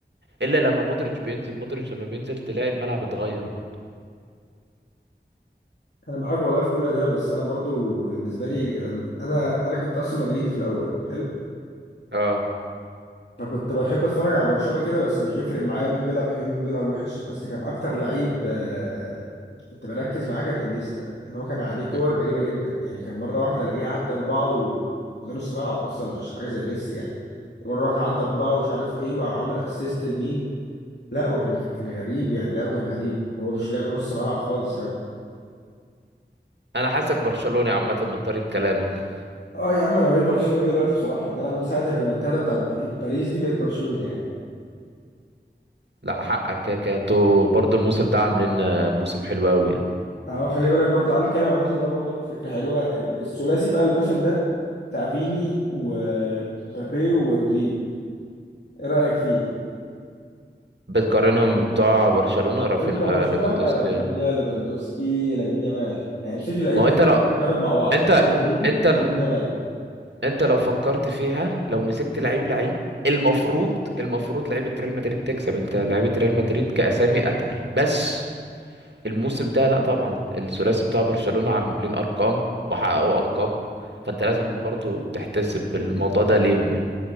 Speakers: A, on the right (about 70°); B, on the left (about 65°).
A: الا لما مودريتش بينزل مودريتش لما بينزل تلاقي الملعب اتغير برضه
B: انا معاك والله في كل ده بس انا برضو بالنسبه لي لما- انا انا كنت اصلا مدريدي في الاول حلو
A: اه
B: فكنت بحب اتفرج على برشلونه كده بس مش بيفرق معايا مين بيلعب حلو ومين بيلعب وحش بس كان اكتر لعيب آه، كنت بركز معاه كان انيستا ان هو كان عليه كور
A: م.
B: غريبه جدا يعني كان مره واحده الاقيه عدى اربعه و... وده نص ملعب اصلا مش حاجه زي ميسي يعني مره واحده عدى اربعه ومش عارف ايه وعمل اسيست لمين لا وكان كان غريب يعني لعبه كان غريب هو مش لعب نص ملعب خالص
A: انا حاسك برشلوني عامه من طريقه كلامك
B: اه يا عم انا بقيت برشلوني دلوقتي بصراحه يعني انا من ساعه الريمونتادا بتاعت باريس باريس دي بقيت برشلوني يعني
A: لا حقك كده كده انتوا برضه الموسم ده عاملين آه، موسم حلو قوي يعني
B: اه خلي بالك برضه تعال نتكلم عن الموسم ده برضه فكره حلوه ال- الثلاثي بقى الموسم ده بتاع فيني ومبابي ورودريجو ايه رايك فيه؟
A: بتقارنهم بتوع برشلونه رافينها
B: الكلام بتاع برشلونه
A: ليفاندوسكي
B: بقى رافينيا ليفاندوسكي لامين يامال يعني بشكل لعيب
A: ما
B: لعيب
A: هو انت لو
B: بتتكرم مع بعض
A: انت
B: يعني مثلا رودريجو
A: انت ال-
B: ولامين يامال
A: انت لو فكرت فيها لو مسكت لعيب لعيب المفروض المفروض لعيبه ريال مدريد تكسب انت لعيبه ريال مدريد كاسامي اتقل بس الموسم ده لا طبعا الثلاثي بتاع برشلونة عاملين ارقام وحققوا القاب فانت لازم برضو تحتسب الموضوع ده ليهم يعني